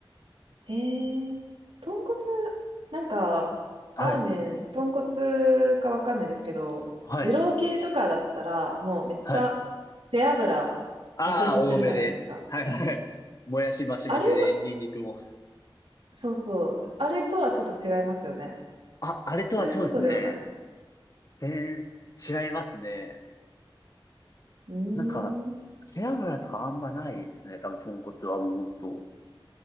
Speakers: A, on the right (about 70°); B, on the left (about 40°).
A: えー、豚骨、なんか、
B: はい。
A: ラーメン、豚骨かわかんないですけど、
B: はい。
A: 二郎系とかだったら、もうめっちゃ、
B: はい。
A: 背脂、
B: ああ、
A: めっちゃ乗ってるじゃないですか。
B: 多めで。はいはい。もやしマシマシで、
A: あれは、
B: ニンニクも。
A: そうそう、あれとはちょっと違いますよね。
B: あ、あれとはそうですね。
A: そういうことではない。
B: 全然違いますね。
A: うー
B: なんか、
A: ん、
B: 背脂とかあんまないですね。多分、豚骨はもうほんと。